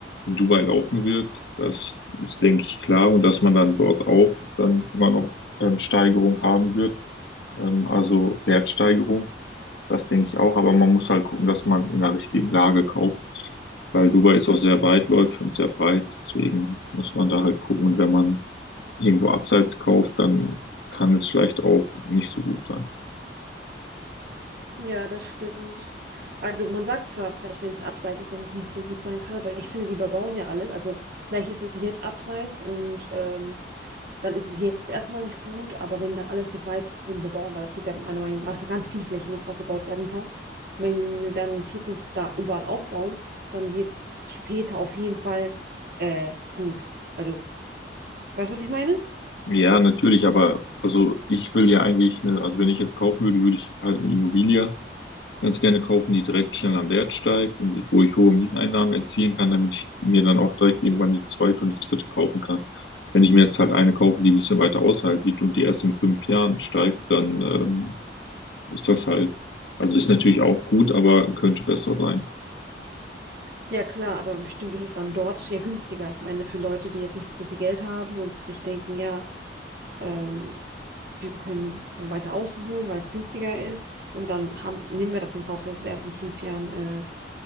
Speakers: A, on the left (about 85°); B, on the right (about 55°).
A: in Dubai laufen wird, das ist, denke ich, klar. Und dass man dann dort auch dann immer noch ähm, Steigerung haben wird, ähm, also Wertsteigerung. Das denke ich auch, aber man muss halt gucken, dass man in der richtigen Lage kauft, weil Dubai ist auch sehr weitläufig und sehr breit, deswegen muss man da halt gucken. Und wenn man irgendwo abseits kauft, dann kann es vielleicht auch nicht so gut sein.
B: ja, das stimmt. Also man sagt zwar vielleicht, wenn es abseits ist, dass es nicht so gut sein kann, aber ich finde, die überbauen ja alles. Also vielleicht ist es jetzt abseits und ähm, dann ist es jetzt erstmal nicht gut, aber wenn dann alles noch weiterhin bebauen, weil das wird ja meiner Meinung nach ist ja ganz viel Fläche noch, was bebaut werden kann, wenn sie dann in Zukunft da überall auch bauen, dann wird es später auf jeden Fall äh, gut. Also, weißt du, was ich meine?
A: Ja, natürlich, aber also ich will ja eigentlich eine, also wenn ich jetzt kaufen würde, würde ich halt eine Immobilie Ganz gerne kaufen, die direkt schnell am Wert steigt und wo ich hohe Mieteinnahmen erzielen kann, damit ich mir dann auch direkt irgendwann die zweite und die dritte kaufen kann. Wenn ich mir jetzt halt eine kaufe, die ein bisschen weiter außerhalb liegt und die erst in fünf Jahren steigt, dann ähm, ist das halt, also ist natürlich auch gut, aber könnte besser sein.
B: Ja, klar, aber bestimmt ist es dann dort ja günstiger. Ich meine, für Leute, die jetzt nicht so viel Geld haben und sich denken, ja, ähm, wir können von weiter außen holen, weil es günstiger ist. Und dann haben, nehmen wir das in Kauf, dass es erst in fünf Jahren äh,